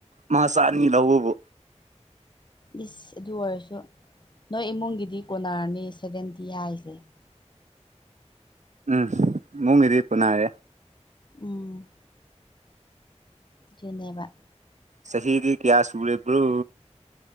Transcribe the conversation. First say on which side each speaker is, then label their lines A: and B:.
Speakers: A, on the right; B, on the left.
A: ꯃꯥꯁꯥꯅꯤ ꯂꯧꯕꯕꯨ
B: ꯏꯁ ꯑꯗꯨ ꯑꯣꯏꯔꯁꯨ ꯅꯣꯏ ꯏꯃꯨꯡꯒꯤꯗꯤ ꯀꯣꯅꯔꯅꯤ ꯁꯦꯚꯦꯟꯇꯤ ꯍꯥꯏꯁꯦ
A: ꯎꯝ ꯃꯨꯡꯒꯤꯗꯤ ꯀꯣꯟꯅꯔꯦ
B: ꯎꯝ ꯗꯨꯅꯦꯕ
A: ꯆꯍꯤꯗꯤ ꯀꯌꯥ ꯁꯨꯨꯔꯦꯕ꯭ꯔꯣ